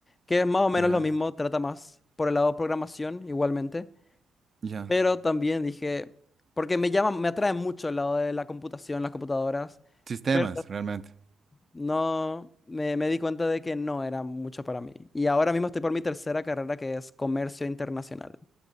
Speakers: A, on the left; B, on the right.
A: que es más o menos
B: Ya,
A: lo mismo, trata más por el lado de programación igualmente.
B: ya.
A: Pero también dije, porque me llama, me atrae mucho el lado de la computación, las computadoras,
B: Sistemas,
A: pero
B: realmente.
A: no, me, me di cuenta de que no era mucho para mí. Y ahora mismo estoy por mi tercera carrera, que es comercio internacional.